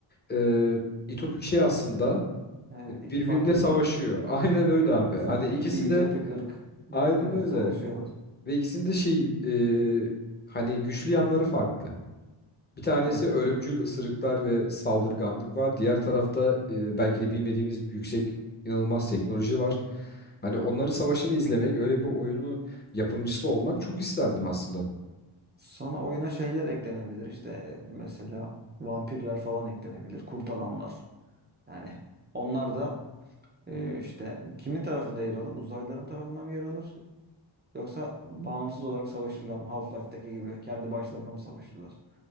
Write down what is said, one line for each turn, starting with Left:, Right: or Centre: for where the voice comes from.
Left: e, İtopik şey
Right: İki,
Left: aslında
Right: evet, iki
Left: birbiriyle
Right: farklı
Left: savaşıyor.
Right: ırk.
Left: <laughs> Aynen öyle
Right: Evet,
Left: abi. Hani
Right: <laughs>
Left: ikisi
Right: iki ütopik
Left: de
Right: ırk.
Left: aynen
Right: Evet,
Left: öyle.
Right: savaşıyorlar.
Left: Ve ikisinin de şey e, hani güçlü yanları farklı. Bir tanesi
Right: Evet.
Left: ölümcül ısırıklar ve saldırganlık var. Diğer tarafta e, belki de bilmediğimiz yüksek inanılmaz teknoloji var. Hani onların savaşını izlemek, öyle bir oyunu yapımcısı olmak çok isterdim aslında.
Right: Sonra oyuna şeyler eklenebilir. İşte e, mesela vampirler falan eklenebilir. Kurt adamlar. Yani onlar da e, işte kimin tarafında yer alır? Uzaylıların tarafına mı yer alır? Yoksa bağımsız olarak savaşırlar mı? Half-Life'daki gibi kendi başlarına mı savaşırlar?